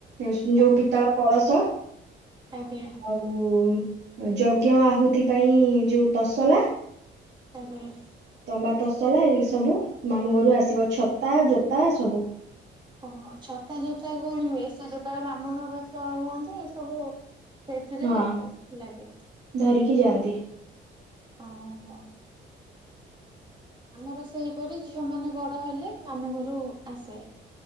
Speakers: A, on the right; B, on the right.
A: ଯୋଉ
B: ଆଜ୍ଞା
A: ପିତ୍ତଳ କଳସ।
B: ଆଜ୍ଞା।
A: ଆଉ ଯଜ୍ଞ ଆହୁତି ପାଇଁ ଯୋଉ ତସଲା।
B: ତାଙ୍କ ପାଇଁ।
A: ତମ୍ବା ତସଲା ଏଇ ସବୁ ମାମୁଁ ଘରୁ ଆସିବ ଛତା ଜୋତା ସବୁ।
B: ଓହୋ ଛତା ଜୋତା କଣ ହୁଏ ସେ ଯେତେବେଳେ ବ୍ରାହ୍ମଣ ବେସ ହୁଅନ୍ତି ଏ ସବୁ। ସେଇଥିରେ
A: ହଁ
B: ଲାଗେ।
A: ଧରିକି ଯାଆନ୍ତି।
B: ଓ ହୋ। ଆମର ସେହିପରି ଝିଅ ମାନେ ବଡ ହେଲେ ମାମୁଁ ଘରୁ ଆସେ।